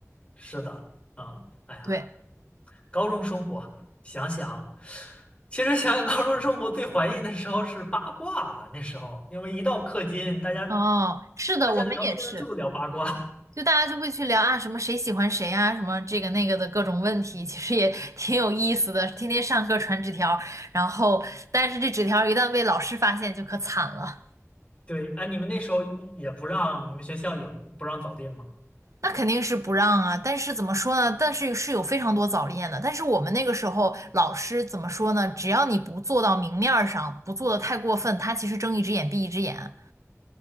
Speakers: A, on the left; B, on the right.
A: 是的啊，哎呀。
B: 对，
A: 高中生活，想想，其实想想高中生活最怀念的时候是八卦啊，那时候因为一到课间，大家
B: 哦，是的，
A: 大家聊天儿就聊八卦。
B: 我们也是。就大家就会去聊啊，什么谁喜欢谁啊，什么这个那个的各种问题，其实也 <laughs> 挺有意思的。天天上课传纸条，然后但是这纸条一旦被老师发现，就可惨了。
A: <laughs> 对，哎，你们那时候也也不让，你们学校也不让早恋吗？
B: 那肯定是不让啊，但是怎么说呢？但是是有非常多早恋的，但是我们那个时候老师怎么说呢？只要你不做到明面儿上，不做的太过分，他其实睁一只眼闭一只眼。